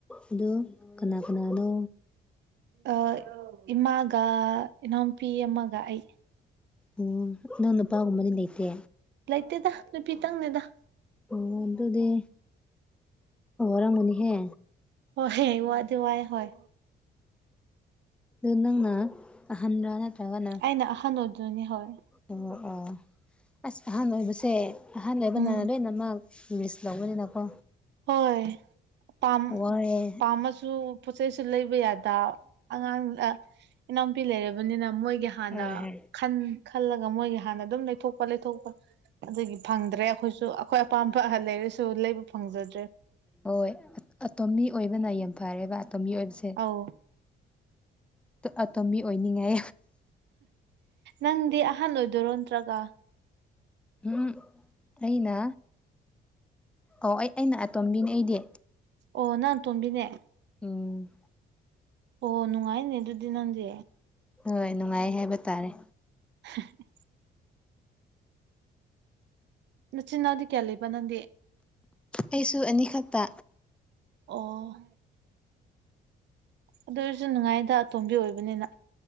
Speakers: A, in the centre; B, on the right.
A: ꯑꯗꯨ ꯀꯅꯥ ꯀꯅꯥꯅꯣ
B: ꯑ ꯏꯃꯥꯒ ꯏꯅꯥꯎꯄꯤ ꯑꯃꯒ ꯑꯩ
A: ꯑꯝ ꯅꯪ ꯅꯨꯄꯥ ꯒꯨꯝꯕꯗꯤ ꯂꯩꯇꯦ
B: ꯂꯩꯇꯦꯗ ꯅꯨꯄꯤ ꯇꯪꯅꯦꯗ
A: ꯑꯣ ꯑꯗꯨꯗꯤ ꯔ ꯃꯅꯤꯍꯦ
B: ꯍꯣꯏ ꯏ ꯋꯥꯗ ꯋꯥꯥꯏ ꯍꯣꯏ
A: ꯑꯗꯨ ꯅꯪꯅ ꯑꯍꯟ꯭ꯔꯥ ꯅꯠꯇ꯭ꯔꯒꯅ
B: ꯑꯩꯅ ꯑꯍꯟ ꯑꯗꯨꯗꯨꯅꯤ ꯍꯣꯏ
A: ꯑꯣ ꯑꯣ ꯑꯁ ꯑꯍꯥꯟ ꯑꯣꯏꯕꯁꯦ ꯑꯍꯥꯟ ꯑꯣꯏꯕꯅ
B: ꯎꯝ
A: ꯂꯣꯏꯅꯃꯛ ꯏꯪꯂꯤꯁ ꯂꯧꯕꯅꯤꯅꯀꯣ
B: ꯍꯣꯏ ꯄꯥꯝ
A: ꯋꯥꯔꯦ
B: ꯄꯥꯝꯃꯥꯁꯨ ꯄꯣꯠ ꯆꯩꯁꯨ ꯂꯩꯕ ꯌꯥꯗ ꯑꯉꯥꯡ ꯂꯥ ꯏꯅꯥꯎꯄꯤ ꯂꯩꯔꯕꯅꯤꯅ ꯃꯣꯏꯒꯤ ꯍꯥꯟꯅ
A: ꯍꯣꯏ ꯍꯣꯏ
B: ꯈꯟ ꯈꯜꯂꯒ ꯃꯣꯏꯒꯤ ꯍꯥꯟꯅ ꯑꯗꯨꯝ ꯂꯩꯊꯣꯛꯄ ꯂꯩꯊꯣꯛꯄ ꯑꯗꯨꯒꯤ ꯐꯪꯗ꯭ꯔꯦ ꯑꯩꯈꯣꯏꯁꯨ ꯑꯩꯈꯣꯏ ꯑꯄꯥꯝꯕ ꯑꯍꯜ ꯂꯩꯔꯁꯨ ꯂꯩꯕ ꯐꯪꯖꯗꯦ
A: ꯍꯣꯏ ꯑꯇꯣꯝ ꯃꯤ ꯑꯣꯏꯕꯅ ꯌꯥꯝ ꯐꯔꯦꯕ ꯑꯇꯣꯝꯕꯤ ꯑꯣꯏꯕꯁꯦ
B: ꯑꯧ
A: ꯑꯇꯣꯝꯕꯤ ꯑꯣꯏꯅꯤꯡꯉꯤ
B: ꯅꯪꯗꯤ ꯑꯍꯥꯟ ꯑꯣꯏꯗꯣꯏꯔꯣ ꯅꯠꯇ꯭ꯔꯒ
A: ꯎꯝ ꯑꯩꯅ ꯑꯣ ꯑꯩ ꯑꯩꯅ ꯑꯇꯣꯝꯕꯤꯅꯤ ꯑꯩꯗꯤ
B: ꯑꯣ ꯅꯪ ꯑꯇꯣꯝꯕꯤ ꯅꯦ
A: ꯎꯝ
B: ꯑꯣ ꯅꯨꯡꯉꯥꯏꯅꯦ ꯑꯗꯨꯗꯤ ꯅꯪꯗꯤ
A: ꯍꯣꯏ ꯅꯨꯡꯉꯥꯏ ꯍꯥꯏꯕ ꯇꯥꯔꯦ
B: <unintelligible> ꯅꯥꯆꯤ ꯅꯥꯅꯥꯎ ꯗꯤ ꯀꯌꯥ ꯂꯩꯕ ꯅꯪꯗꯤ
A: ꯑꯩꯁꯨ ꯑꯅꯤꯈꯛꯇ
B: ꯑꯣ ꯑꯗꯨ ꯑꯣꯏꯔꯁꯨ ꯅꯨꯡꯉꯥꯏꯗ ꯑꯇꯣꯝꯕꯤ ꯑꯣꯏꯕꯅꯤꯅ